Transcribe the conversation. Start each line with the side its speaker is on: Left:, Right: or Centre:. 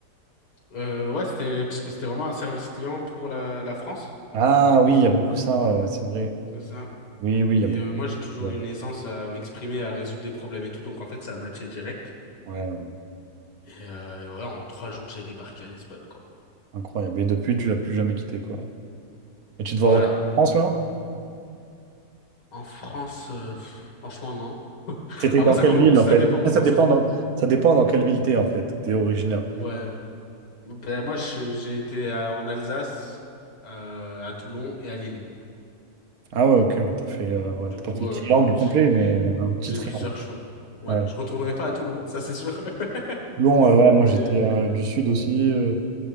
Left: Euh, ouais, c'était parce que c'était vraiment un service client pour la, la France.
Right: Ah oui, il y a beaucoup ça, euh, c'est vrai.
Left: C'est ça.
Right: Oui, oui, il
Left: Et
Right: y a beaucoup.
Left: euh, moi, j'ai toujours
Right: Ouais,
Left: eu une aisance à m'exprimer, à résoudre des problèmes et tout. Donc, en fait, ça a matché direct.
Right: ouais,
Left: Et, euh, et ouais, en trois jours, j'ai débarqué à Lisbonne, quoi.
Right: incroyable. Et depuis, tu l'as plus jamais quitté, quoi. Et tu te
Left: Voilà.
Right: vois retourner en France, là?
Left: En France, euh, pff, franchement, non.
Right: C'était
Left: Après,
Right: dans
Left: ça
Right: quelle
Left: commence,
Right: ville
Left: ça
Right: en fait?
Left: dépend comment
Right: Ah, Ça dépend
Left: ça évolue.
Right: dans, ça dépend dans quelle ville t'es en fait, t'es originaire.
Left: Ouais. Ben, moi, je- j'ai été à- en Alsace, euh, à Toulon et à Lille.
Right: Ah ouais, ok, ouais, t'as fait, euh, ouais,
Left: Du
Right: t'as
Left: coup,
Right: pas fait le
Left: euh,
Right: triangle complet,
Left: <laughs>
Right: mais euh, un petit
Left: j'ai
Right: triangle.
Left: plusieurs choix. Ouais,
Right: Ouais.
Left: je retournerai pas à Toulon, ça c'est sûr. <laughs>
Right: Toulon, euh, ouais, moi
Left: Mais
Right: j'étais
Left: euh,
Right: euh, du sud aussi, euh,